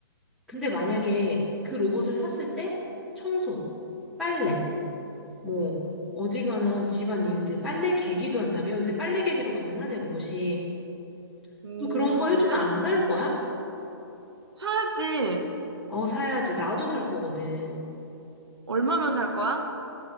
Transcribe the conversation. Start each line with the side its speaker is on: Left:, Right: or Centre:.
Centre: 근데 만약에 그 로봇을 샀을 때 청소, 빨래, 뭐 어지간한 집안 일들, 빨래 개기도 한다며? 요새 빨래 개기도 가능하대, 로봇이.
Right: 오,
Centre: 너 그런 거
Right: 진짜?
Centre: 해주면 안 살 거야?
Right: 사야지.
Centre: 어, 사야지. 나도 살 거거든.
Right: 얼마면 살 거야?